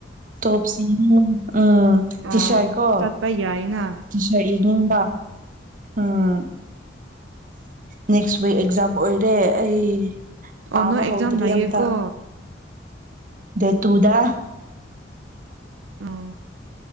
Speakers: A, on the right; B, on the right.
A: ꯇꯣꯞꯁ ꯎꯝ ꯇꯤ
B: ꯑꯥ
A: ꯁꯔꯠ ꯀꯣ
B: ꯆꯠꯄ ꯌꯥꯏꯅ
A: ꯇꯤ ꯁꯔꯠ ꯌꯦꯡꯅꯤꯡꯕ ꯑꯥ ꯅꯦꯛꯁ ꯋꯤꯛ ꯑꯦꯛꯖꯥꯝ ꯑꯣꯏꯔꯦ ꯑꯩ
B: ꯑꯣ
A: ꯄꯥꯕ
B: ꯅꯣꯏ ꯑꯦꯛꯖꯥꯝ
A: ꯍꯧꯗ꯭ꯔꯤ
B: ꯂꯩꯌꯦꯀꯣ
A: ꯑꯝꯇ ꯗꯦꯠ ꯇꯨꯗ
B: ꯑꯣ